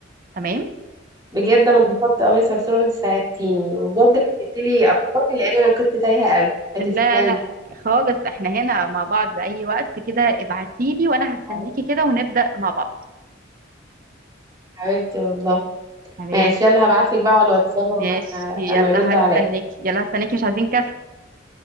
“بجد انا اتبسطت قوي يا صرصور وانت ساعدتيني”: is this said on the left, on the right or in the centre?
Right